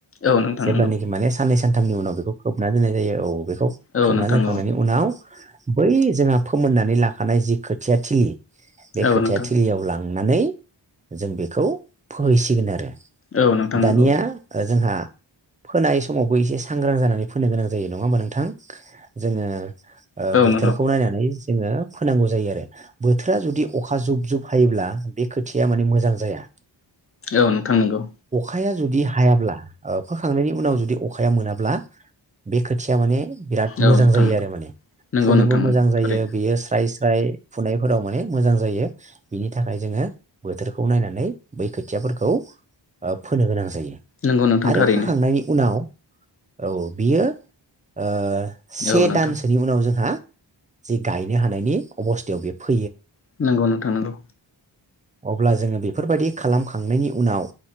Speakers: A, on the left (about 30°); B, on the right (about 20°).
A: औ नोंथां
B: जेब्लानोखि
A: नंगौ
B: माने साननैसो सानथामनि उनाव बेखौ खोबना दोननाय जायो औ बेख खौ
A: औ
B: खोबना
A: नोंथां
B: दोखांनायनि
A: औ
B: उनाव बै जोंहा फोमोननानै लाखानाय जि खोथिया थिलि बे
A: औ
B: खोथाया
A: नोंथां
B: थिलियाव लां नानै जों बेखौ फोहैसिगोन आरो
A: औ नोंथां
B: दानिया
A: नंगौ
B: ओ जोंहा <unintelligible> फोनाय समावबो एसे सांग्रां जानानै फोनो गोनां जायो नङा होमबा नोंथां जोङो ओ‌
A: औ
B: बोथोरखौ
A: नोंथां
B: नायनानै <unintelligible> फोनांगौ जायो आरो बोथोरा जुदि अखा जुब जुब हायोब्ला बे खोथिया माने मोजां जाया
A: औ नोंथां नंगौ
B: खाया जुदि हायाब्ला औ फोखांनायनि उनाव जुदि अखाया मोनाब्ला बे खोथिया माने बिराद
A: औ
B: मोजां
A: नोंथां
B: जायो आरो माने
A: नंगौ
B: फुनोबो
A: नोंथां
B: मोजां
A: नंगौ
B: जायो
A: थारैनो
B: बेयो स्राइज फ्राय फुनायफोराव माने मोजां जायो बिनि थाखाय जोङो बोथोरखौ नायनानै बै खोथियाफोरखौ ओ फोनो गोनां जायो
A: नंगौ नोंथां
B: आरो
A: थारैनो
B: फोखांनायनि उनाव औ बियो ओ से
A: औ नोंथां
B: दानसोनि उनाव जोंहा जि गायनो हानायनि अबस्थायाव बे फै
A: नंगौ नोंथां नंगौ
B: अब्ला जोङो बेफोरबायदि खालामखांनायनि उनाव